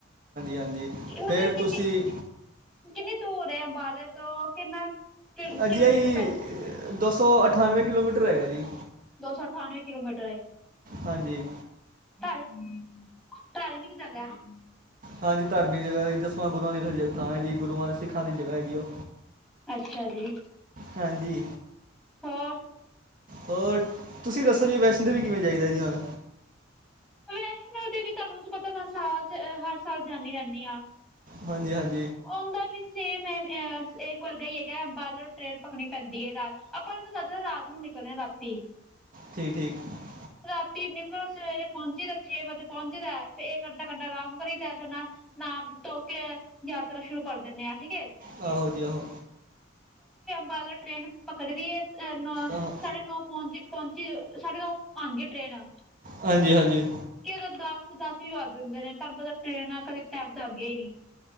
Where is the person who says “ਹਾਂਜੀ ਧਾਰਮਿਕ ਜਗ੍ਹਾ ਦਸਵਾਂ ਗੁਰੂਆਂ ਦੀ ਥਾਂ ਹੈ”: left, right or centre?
Right